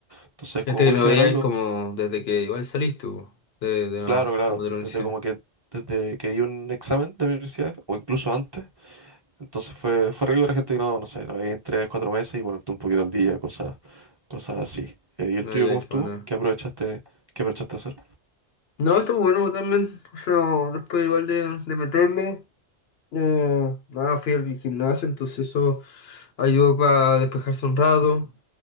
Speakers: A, on the right; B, on the left.
A: Entonces, como
B: Gente
A: muy
B: que no
A: general,
B: veíais como desde que igual saliste, po, de, de la-
A: Claro, claro,
B: como de la universidad.
A: desde como que desde que di un examen de mi universidad o incluso antes, entonces fue fue rico la gente que no no sé, no veía en tres, cuatro meses y ponerte un poquito al día, cosas cosas así. Eh, ¿y el
B: No,
A: tuyo
B: ya,
A: cómo estuvo?
B: qué bueno.
A: ¿Qué aprovechaste qué aprovechaste a hacer?
B: No, estuvo bueno también. O sea, después igual de, de meterme, eh, nada, fui al gimnasio, entonces eso ayudó para despejarse un rato.